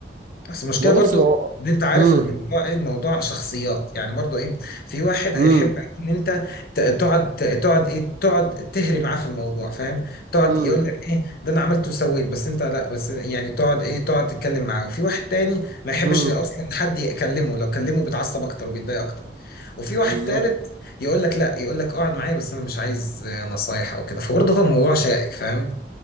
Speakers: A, on the left (about 55°); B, on the right (about 45°).
A: بس المشكله
B: ما بص
A: برضو
B: هو
A: ان انت عارف
B: امم
A: الموضوع ايه الموضوع شخصيات يعني برضو ايه في واحد هيحب
B: امم
A: ان انت ت- تقعد ت- تقعد ايه تقعد تهري معاه في الموضوع فاهم تقعد
B: امم
A: يقول لك ايه ده انا عملت وسويت بس انت لا بس يعني تقعد ايه تقعد تتكلم معاه وفي واحد تاني ما يحبش
B: امم
A: اصلا حد يكلمه لو كلمه بيتعصب اكتر وبيتضايق اكتر وفي واحد
B: بالظبط
A: تالت يقول لك لا يقول لك اقعد معايا بس انا مش عايز آه، نصايح او كده فبرضه هو الموضوع شائك فاهم